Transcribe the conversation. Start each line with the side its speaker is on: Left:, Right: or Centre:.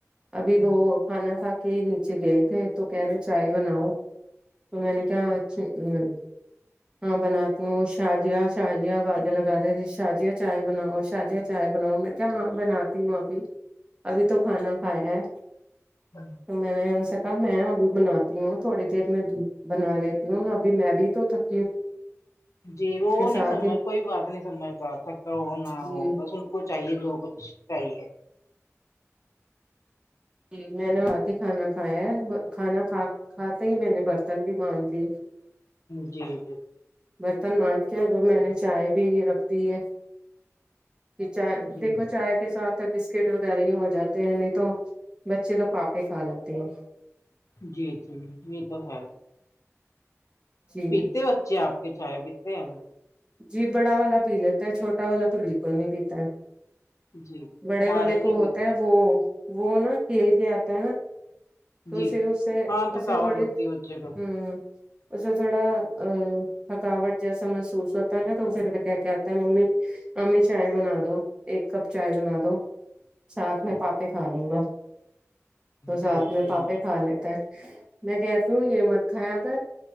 Right: ابھی وہ
Left: جی
Right: کھانا کھا کے نیچے گئے تھے تو کہہ رہے چائے بناؤ تو میں نے کہا چھ ہم ہاں بناتی ہوں شاجیا شاجیا آوازے لگا رہے تھے شاجیا چائے بناؤ شاجیا چائے بناؤ میں کہا ہاں بناتی ہوں بناتی ہوں ابھی تو کھانا کھایا ہے
Left: ہاں
Right: تو میں نے ان سے کہا میں ابھی بناتی ہوں تھوڑی دیر میں بنا لیتی ہوں ابھی میں بھی تو تھک
Left: جی وہ نہیں
Right: ساتھ
Left: سمجھتا
Right: ہی
Left: کوئی بات نہیں سمجھتا تھکا ہو نہ
Right: جی
Left: ہو بس اس کو چاہیے جو ہوگا کچھ چاہیے
Right: جی میں نے آتے ہی کھانا کھایا ہے میں کھانا کھا کھاتے ہی میں نے برتن بھی مانجھ لیے
Left: جی جی
Right: برتن مانجھ کے ابھی میں نے چائے بھی رکھ دی ہے کہ چائے
Left: جی
Right: دیکھو چائے کے ساتھ بسکٹ وغیرہ ہی ہو جاتے ہیں نہیں تو بچے وا پاپڑ کھا لیتی ہوں
Left: جی جی یہ تو ہے
Right: جی
Left: پیتے ہے بچے آپ کے چائے پیتے ہیں ہم
Right: جی بڑا والا پی لیتا ہے چھوٹا والا تو بالکل نہیں پیتا ہے
Left: جی
Right: بڑے
Left: ہمارے
Right: والے کو
Left: نہیں پیتے
Right: ہوتا ہے جو وہ نا کھیل کے آتا ہے نا توے
Left: جی
Right: اسے اسے
Left: ہاں تھکاوٹ
Right: ا سے تھوڑی
Left: ہوتی ہے بچے کو
Right: امم اسے تھوڑا آ تھکاوٹ جیسا محسوس ہوتا ہے نا تو ذرا کے آتا ہے ممی امی چائے بنا دو ایک کپ چائے بنا دو ساتھ
Left: جی
Right: میں پاپڑ کھا لوں گا تو ساتھ
Left: جی
Right: میں
Left: جی
Right: پاپڑ کھا لیتے ہے میں کہتی ہوں یہ مت کھایا کر